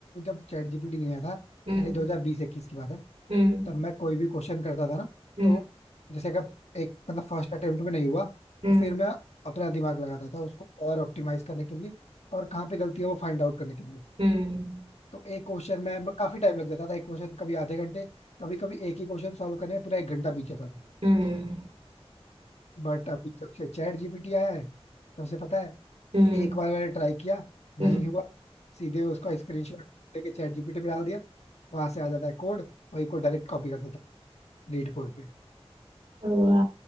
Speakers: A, on the left (about 80°); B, on the right (about 70°).
A: जब चैट जीपीटी नहीं आया था
B: हम्म
A: यानी 2020 21 की बात है
B: हम्म
A: तब मैं कोई भी क्वेश्चन करता था ना
B: हम्म
A: तो जैसे अगर एक मतलब फर्स्ट अटेम्प्ट में नहीं हुआ तो
B: हम्म
A: फिर मैं अपना दिमाग लगाता था उसको और ऑप्टिमाइज करने के लिए और कहाँ पे गलती है वो फाइंड आउट करने के लिए
B: हम्म
A: तो एक क्वेश्चन में काफी टाइम लग जाता था एक क्वेश्चन कभी आधे घंटे कभी कभी एक ही क्वेश्चन सॉल्व करने में पूरा एक घंटा बीत जाता था
B: हम्म
A: बट अभी जब से चैट जीपीटी आया है तब से पता है
B: हम्म
A: एक बार मैंने ट्राई किया
B: हम्म
A: नहीं हुआ सीधे उसका स्क्रीनशॉट लेके चैट जीपीटी पे डाल दिया वहां से आ जाता है कोड वही कोड डायरेक्ट कॉपी कर देता हूँ लीड कोड पे
B: हुआ